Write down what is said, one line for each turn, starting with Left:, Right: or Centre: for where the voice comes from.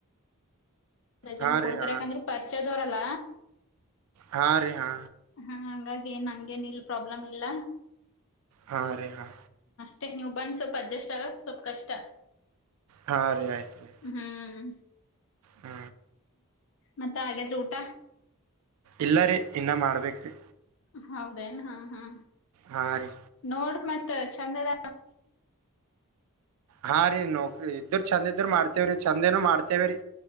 Left: ಎ ಜನ
Right: ಹಾ
Left: ಕೊಡ್ತಾರೆ
Right: ರೀ ಹಾ
Left: ಯಾಕಂದ್ರೆ ಪರಿಚಯ ದೋರಲ್ಲ
Right: ಹಾ ರೀ ಹಾ
Left: ಹಂಗಾಗಿ ಏನ್ ಹಂಗೇನ್ ಇಲ್ ಪ್ರಾಬ್ಲಮ್ ಇಲ್ಲ
Right: ಹಾ ರೀ ಹಾ
Left: ಮ ನೀವು ಬಂದು ಸ್ವಲ್ಪ ಅಡ್ಜಸ್ಟ್ ಆಗಕ್ ಸ್ವಲ್ಪ ಕಷ್ಟ
Right: ಹಾ ರೀ ಆಯ್ತ್ ರರಿ
Left: ಹ್ಮ್
Right: ಹ್ಮ್
Left: ಮತ್ತ ಹಾಗಾದ್ರೆ ಊಟ
Right: ಇಲ್ಲ ರರಿ ಇನ್ನ ಮಾಡ್ಬೇಕ್ರಿ
Left: ಹೌದೇನ್ ಹಾ ಹಾ
Right: ಹಾ ರೀ
Left: ನೋಡ್ ಮತ್ತೆ ಚಂದದ
Right: ಹಾ ರೀ ನೋಕ್ರಿ ಇದರು ಚೆಂದ ಇದ್ರ ಮಾಡ್ತೇವ್ರಿ ಚಂದೇನ ಮಾಡ್ತೇವ್ರೀ